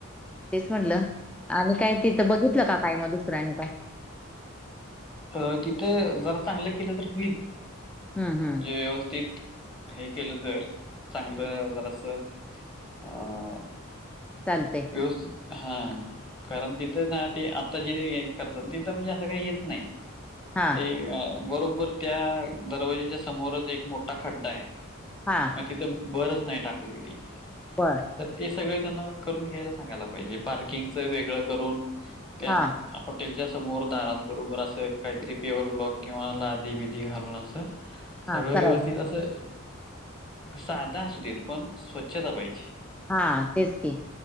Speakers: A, in the centre; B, on the left.
A: तेच म्हटलं, आणि काय तिथं बघितलं का काय मग दुसर आणि.
B: अ तिथं जरा चांगलं केलं तर होईल
A: हम्म हम्म.
B: म्हणजे व्यवस्थित.
A: बर.
B: हे केलं तर चांगलं
A: हम्म
B: जरा अस अ-
A: चालतंय.
B: व्यवस्थित हा कारण तिथं ना ते- आता जे करतात तिथं म्हणजे असं काही हेच नाही.
A: हा
B: ते बरोबर त्या दरवाजाच्या समोरच एक मोठा खड्डा आहे.
A: हा
B: मग तिथं भरच नाही टाकलेली.
A: बरं
B: तर ते सगळं त्यांना करून घ्यायला सांगायला पाहिजे पार्किंगच वेगळं करून, त्या
A: हा
B: तेनच्या समोर दारात बरोबर असं काहीतरी पेअर ब्लॉक किंवा लादी बदी घालून असं-
A: हा
B: सगळं
A: करायला
B: व्यवस्थित असं, साधा
A: हा
B: असू देत पण स्वच्छता पाहिजे.
A: हा तेच की